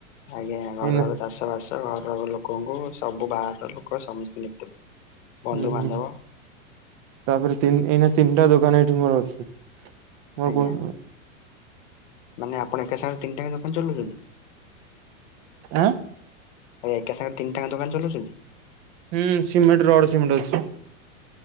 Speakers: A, on the left (about 60°); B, on the right (about 45°).
A: ଆଜ୍ଞା, ଘର
B: ଏଇନା
A: ର ଚାଷ ବାସ, ଘର <unintelligible> ସବୁ ବାହାରର ଲୋକ ସମସ୍ତେ ଦେକ୍ତେ <unintelligible> ପଡିବ। ବନ୍ଧୁ
B: ହୁଁ,
A: ବାନ୍ଧବ
B: ତାପରେ ଏଇନା ତିନିଟା ଦୋକାନ, ଏଇଠି ମୋର ଅଛି। ମୋର
A: ଆଜ୍ଞା
B: କ <unintelligible>
A: ମାନେ ଆପଣ ଏକା ସାଙ୍ଗେ ତିନଟାଆଙ୍କ ଦୋକାନ ଚଲଉଛନ୍ତି?
B: ଆଁ
A: ଆ ଏକେ ସାଙ୍ଗେ ତିନିଟାଆଙ୍କ ଦୋକାନ ଚଲଉଛନ୍ତି?
B: ହୁଁ ସିମେଣ୍ଟ ରଡ ସିମେଣ୍ଟ ଅଛି